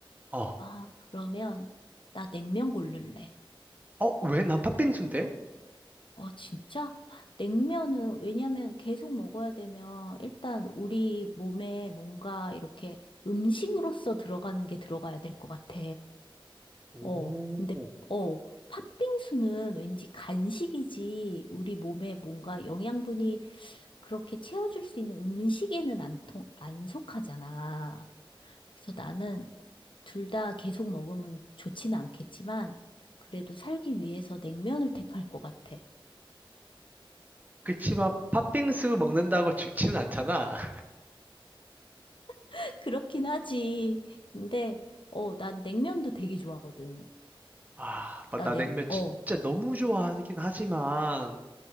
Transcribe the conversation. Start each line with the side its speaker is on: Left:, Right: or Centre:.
Right: 어.
Left: 아, 그러면 나 냉면 고를래.
Right: 어, 왜 난 팥빙수인데?
Left: 어, 진짜? 냉면은 왜냐면 계속 먹어야 되면 일단 우리 몸에 뭔가 이렇게 음식으로서 들어가는 게 들어가야 될 것 같아.
Right: 오.
Left: 어, 근데, 어, 팥빙수는 왠지 간식이지, 우리 몸에 뭔가 영양분이 그렇게 채워줄 수 있는 음식에는 안 통, 안 속하잖아. 그래서 나는 둘 다 계속 먹으면 좋지는 않겠지만, 그래도 살기 위해서 냉면을 택할 것 같아.
Right: 그치만 팥빙수 먹는다고 죽지는 않잖아. <laughs>
Left: <laughs> 그렇긴 하지. 근데, 어, 난 냉면도 되게 좋아하거든.
Right: 아, 마-
Left: 나
Right: 나
Left: 냉,
Right: 냉면 진짜
Left: 어,
Right: 너무 좋아하긴 하지만.